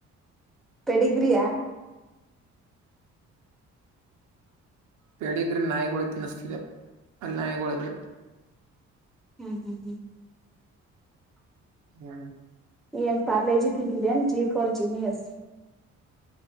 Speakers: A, in the centre; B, on the right (about 70°).
A: ಪೆಡಿಗ್ರಿಯಾ
B: ಪೇಡಿಗ್ರ ನಾಯಿಗಳ ತಿನ್ನಿಸತಿದೆ ಅಲ್ಲಿ ನಾಯಿಗಳದು <unintelligible>
A: ಹ್ಮ್ ಹ್ಮ್ ಹ್ಮ್
B: ಹಾ
A: ಏನ್ ಪಾರ್ಲೇಜಿ ತಿಂತಿದ್ದೇನ್ ಜಿ ಫೋರ್ ಜಿನ್ ಎಸ್